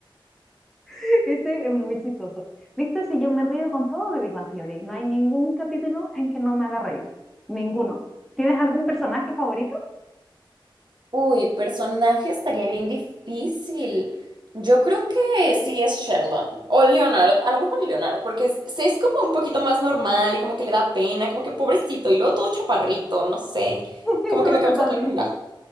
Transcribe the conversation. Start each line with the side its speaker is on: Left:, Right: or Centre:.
Centre: <laughs> Ese es muy chistoso. ¿Viste? Si yo me río con todo de Big Bang Theory, no hay ningún capítulo en que no me haga reír. Ninguno. ¿Tienes algún personaje favorito?
Right: Uy, personaje estaría bien difícil. Yo creo que sí es Sheldon o Leonard, a lo mejor Leonard, porque es, sí es como un poquito más normal y como que le da pena, como que pobrecito y luego todo chaparrito, no sé,
Centre: <laughs>
Right: como
Centre: Todo
Right: que me
Centre: chaparrín.
Right: causó ternura.